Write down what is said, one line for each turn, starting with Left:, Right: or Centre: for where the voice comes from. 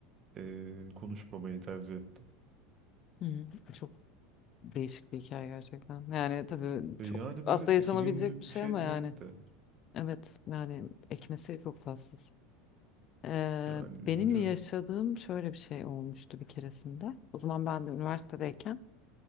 Right: eee, konuşmamayı tercih ettim.
Left: hı. Çok değişik bir hikaye gerçekten. Yani tabii
Right: Ve
Left: çok
Right: yani
Left: aslında
Right: böyle
Left: yaşanabilecek
Right: iki günlük
Left: bir şey
Right: bir şey
Left: ama
Right: de
Left: yani.
Right: değildi.
Left: Evet yani ekmesi çok tatsız. Eee,
Right: Yani üzücü.
Left: benim yaşadığım şöyle bir şey olmuştu bir keresinde. O zaman ben de üniversitedeyken